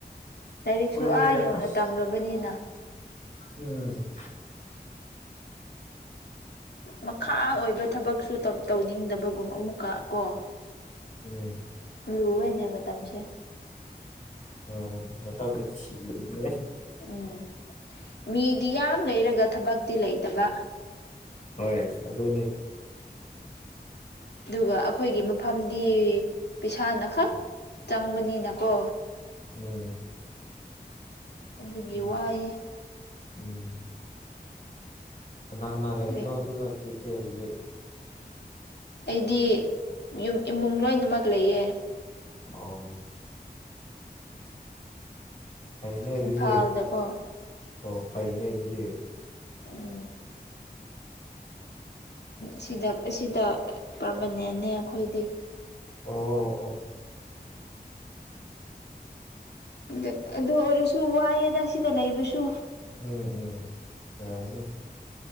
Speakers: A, on the left (about 80°); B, on the left (about 45°).
A: ꯂꯥꯏꯔꯤꯛꯁꯨ
B: ꯍꯣꯏꯔꯦ
A: ꯑꯥ ꯌꯧꯅ
B: ꯑꯁ
A: ꯇꯝꯔꯨꯕꯅꯤꯅ
B: ꯎꯝ
A: ꯃꯈꯥ ꯑꯣꯏꯕ ꯊꯕꯛꯁꯨ ꯇꯟ ꯇꯧꯅꯤꯡꯗꯕꯒꯨꯝ ꯑꯃꯨꯛꯀ ꯀꯣ
B: ꯎꯝ
A: ꯂꯨꯋꯦꯅꯦ ꯃꯇꯝꯁꯦ
B: ꯑ ꯃꯇꯝꯅ ꯊꯤꯔꯤꯝꯃꯦ
A: ꯎꯝ ꯃꯤꯗꯤ ꯌꯥꯝ ꯂꯩꯔꯒ ꯊꯕꯛꯇꯤ ꯂꯩꯇꯕ
B: ꯍꯣꯏ ꯑꯗꯨꯅꯦ
A: ꯑꯗꯨꯒ ꯑꯈꯣꯏꯒꯤ ꯃꯐꯝꯗꯤ ꯄꯩꯁꯥꯅ ꯈ
B: ꯑꯥ
A: ꯆꯪꯕꯅꯤꯅꯀꯣ
B: ꯎꯝ
A: ꯑꯗꯨꯒꯤ
B: ꯎꯝ
A: ꯋꯥꯏꯌꯦ
B: ꯎꯝ ꯀꯅꯥ ꯀꯅꯥ ꯂꯩꯔꯤꯅꯣ
A: ꯀꯔꯤ
B: ꯑꯗꯨꯒ ꯆꯦꯆꯦ ꯍꯧꯖꯤꯛ
A: ꯑꯩꯗꯤ ꯌꯨꯝ ꯏꯃꯨꯡ ꯂꯣꯏꯅꯃꯛ ꯂꯩꯌꯦ
B: ꯑꯣ ꯐꯩꯅꯦ ꯑꯗꯨꯗꯤ
A: ꯏꯝꯐꯥꯜꯗꯀꯣ
B: ꯑꯣ ꯐꯩꯅꯦ ꯑꯗꯨꯗꯤ
A: ꯎꯝ ꯁꯤꯗ ꯑꯁꯤꯗ ꯄꯔꯃꯅꯦꯟꯅꯦ ꯑꯩꯈꯣꯏꯗꯤ
B: ꯑꯣ ꯑꯣ
A: ꯑꯗꯨ ꯑꯗꯨ ꯑꯣꯏꯔꯁꯨ ꯋꯥꯏꯑꯦꯗ ꯁꯤꯗ ꯂꯩꯕꯁꯨ
B: ꯎꯝ ꯎꯝ <unintelligible>